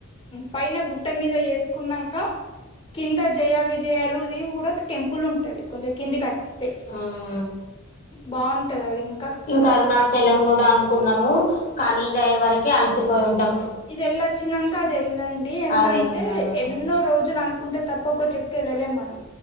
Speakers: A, on the left; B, on the left.
A: పైన గుట్ట మీద ఏసుకున్నంక కింద జయ విజయలుది గూడ టెంపుల్ ఉంటది కొంచెం కిందికచ్తె
B: ఆ
A: బావుంటది ఇంక్
B: ఇంక అరుణాచలం గూడ అనుకున్నము కానీ ఇది అయ్యే వరకే అలసిపోయి ఉంటం
A: ఇదెళ్ళచ్చినంక అది ఎళ్ళండి ఎందుకంటే
B: అది వెళ్ళాము
A: ఎన్నో రోజులు అనుక్ కుంటే తప్ప ఒక ట్రిప్ కి ఎళ్ళలేం మనం